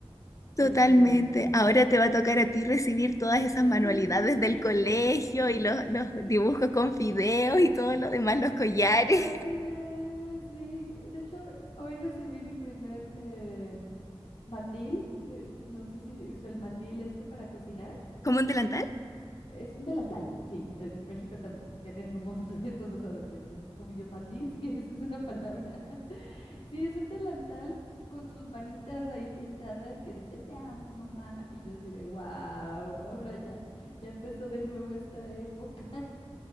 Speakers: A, on the left (about 75°); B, on the left (about 30°).
A: porque
B: Totalmente. Ahora te va a tocar a ti recibir todas esas
A: sí.
B: manualidades del colegio y los, los
A: <laughs>
B: dibujos con fideos y todo lo demás, los collares.
A: Así es, sí. De hecho, hoy recibí mi primer eh, mandil. eh, no sé si usa el mandil este para cocinar.
B: <laughs> ¿Como un delantal?
A: Es un delantal, sí. En México también tienen como <laughs> estos dos acepciones. Yo, como yo, mandil, sí <laughs> que esa es una palabra. <laughs> Sí, es un delantal con sus manitas ahí pintadas que dice, te amo, mamá. Y yo así de, wow, ahora ya, ya empezó de nuevo esta época.